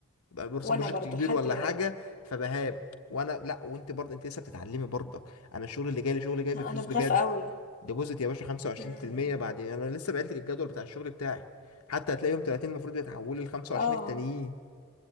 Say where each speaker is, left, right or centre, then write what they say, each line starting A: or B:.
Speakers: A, on the left; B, on the left.
A: بقى برسم
B: وانا
A: بروجكت
B: برضو
A: كبير
B: لحد
A: ولا
B: دلوقتي
A: حاجة فبهاب وانا لا وانت برضه انت لسه بتتعلمي برضك انا الشغل اللي جاي لي شغل جاي بفلوس
B: انا بخاف
A: بجد
B: قوي
A: ديبوزيت يا باشا 25%
B: مم.
A: بعد انا لسه بعت لك الجدول بتاع الشغل بتاعي حتى هتلاقي يوم 30 المفروض بيتحولوا ل 25
B: اه
A: التانيين